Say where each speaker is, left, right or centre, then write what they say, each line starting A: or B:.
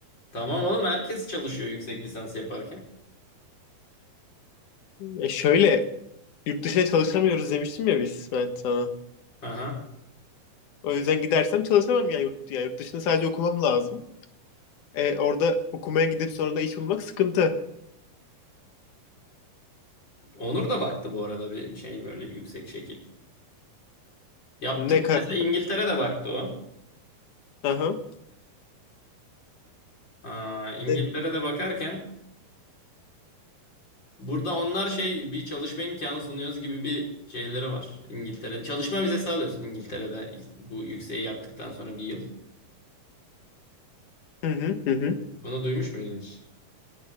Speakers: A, on the left (about 30°); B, on the left (about 60°).
A: Tamam oğlum herkes çalışıyor yüksek lisans yaparken.
B: Ya şöyle Yurt dışına çalışamıyoruz demiştim ya biz ben sana.
A: Aha.
B: O yüzden gidersem çalışamam ya yurt, ya yurt dışında sadece okumam lazım. E, orada okumaya gidip sonra da iş bulmak sıkıntı.
A: Onur da baktı bu arada bir şey böyle yüksek şekil. Yaptık
B: Ne karar?
A: mesela İngiltere'de baktı o.
B: Aha.
A: Aa, İngiltere'de
B: Ne-
A: bakarken burada onlar şey bir çalışma imkanı sunuyoruz gibi bir şeyleri var. İngiltere'de çalışma vizesi alıyorsun İngiltere'de bu yükseği yaptıktan sonra bir yıl.
B: Hı hı hı hı.
A: Bunu duymuş muydun hiç?